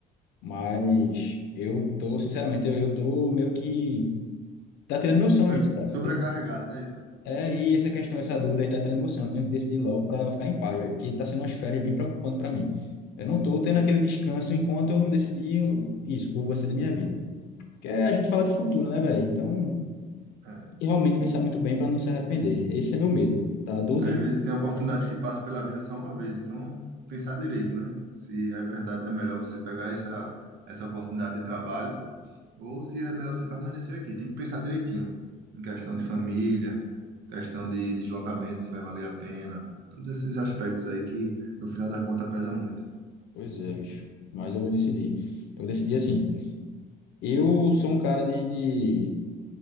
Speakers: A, on the left (about 80°); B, on the right (about 80°).
A: Mas eu tô, sinceramente, eu, eu tô meio que, tá tirando meu sono
B: Sobre,
A: isso, cara.
B: sobrecarregado, né, então?
A: É, e essa questão, essa dúvida aí tá tirando emoção. Eu tenho que decidir logo para eu ficar em paz, velho, porque tá sendo umas férias bem preocupante para mim. Eu não tô tendo aquele descanso enquanto eu não decidir isso, o que eu vou ser da minha vida. Porque a gente fala de futuro, né, velho? Então,
B: É.
A: tem que realmente pensar muito bem para não se arrepender. Esse é meu medo, tá? há Doze
B: Às
A: anos.
B: vezes tem oportunidade que passa pela vida só uma vez, então pensar direito, né? Se é verdade, é melhor você pegar essa, essa oportunidade de trabalho Ou se é melhor você permanecer aqui. Tem que pensar direitinho. Em questão de família, questão de deslocamento, se vai valer a pena. Todos esses aspectos aí que, no final da conta, pesa muito.
A: Pois é, bicho. Mas eu vou decidir. Eu decidi assim. Eu sou um cara de, de...